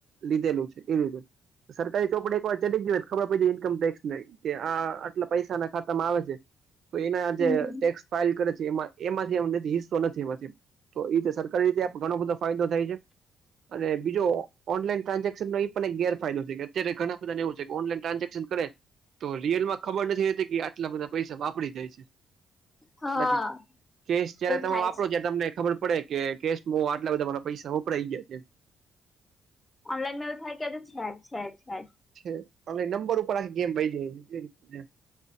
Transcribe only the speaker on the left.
હમ
હા
એવું
થાય
અનલાઈનમાં થાય એ છે છે છે.